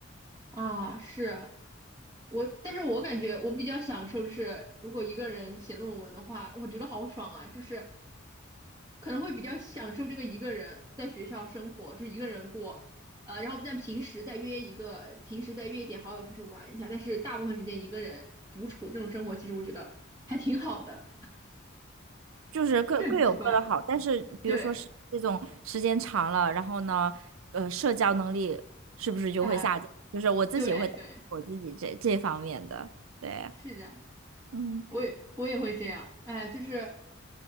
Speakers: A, on the right; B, on the right.
A: 啊，是我，但是我感觉我比较享受，就是如果一个人写论文的话，我觉得好爽啊，就是可能会比较享受这个一个人在学校生活，就一个人过，呃，然后在平时再约一个，平时再约一点好友出去玩一下，但是大部分时间一个人独处这种生活，其实我觉得还挺好的，
B: 就是各各有各的好，
A: 这很奇怪，
B: 但是比如说是这种时间长了，
A: 对，
B: 然后呢，呃，社交能力是不是就会下降？
A: 啊、
B: 就是我自己会担心我自己这这方面的，
A: 对对，
B: 对，
A: 是的。
B: 嗯，
A: 我也我也会这样，哎，就是